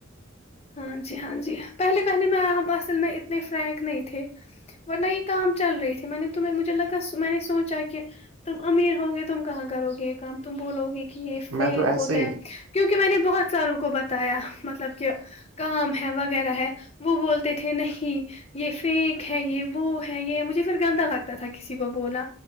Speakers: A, on the left (about 30°); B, on the right (about 75°).
A: ہاں جی ہاں جی پہلے پہلے میں اب اصل میں اتنے فرینک نہیں تھے ورنہ یہ کام چل رہی تھی میں نے تمہیں مجھے لگا میں نے سوچا کہ تم امیر ہو گے تم کہاں کرو گے یہ کام تم بولو گی کہ یہ فیک
B: میں تو ایسے
A: ہوتا
B: ہی
A: ہے کیونکہ میں نے بہت ساروں کو بتایا مطلب کہ کام ہے وغیرہ ہے وہ بولتے تھے نہیں یہ فیک ہے یہ وہ ہے یہ مجھے پھر گندا لگتا تھا کسی کو بولنا